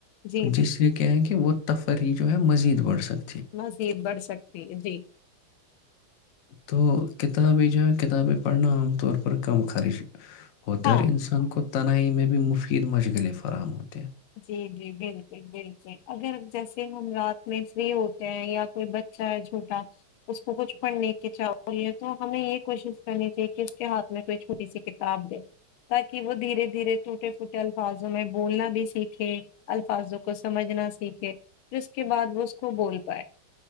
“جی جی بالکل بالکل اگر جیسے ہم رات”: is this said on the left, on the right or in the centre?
Left